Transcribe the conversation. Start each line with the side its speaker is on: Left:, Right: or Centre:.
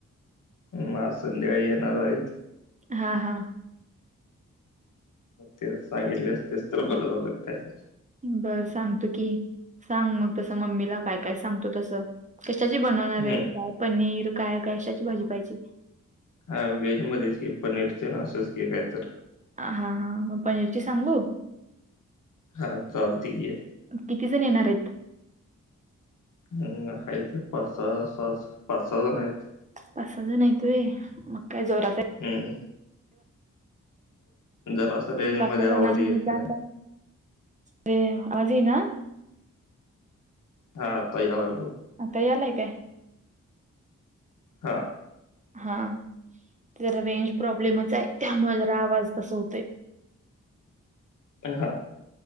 Left: मग आज संध्याळी येणार आहेत.
Right: हा. हा.
Left: तेच सांगितली असतेच तर बर झालं काय.
Right: बरं सांगतो की, सांग मग तसं मम्मीला काय काय सांगतो तसं. कशाची बनवणार
Left: हम्म
Right: आहे काय पनीर काय कशाची भाजी पाहिजे?
Left: हा व्हेज मध्येच की पनीर तेन असंच की काय तर?
Right: हा हां मग पनीरची सांगू.
Left: हां चालतंय की
Right: किती जण येणार आहेत.
Left: हम्म हायत पाच सहा, सहा पाच सहा जण आहेत.
Right: पाच सहा जण आहेत होय मग काय जोरात आहे.
Left: हम्म. जरास रेंज
Right: मग पाच
Left: मध्ये
Right: सहा
Left: आवाज
Right: जण असं
Left: येत
Right: निदान
Left: नाही.
Right: काय अरे आवाज येईना.
Left: हा आता यायला लागला.
Right: आता यालाय काय.
Left: हा.
Right: हा. जरा रेंज प्रॉब्लेमच आहे त्यामुळे जरा आवाज तसं होतय.
Left: ह. हा.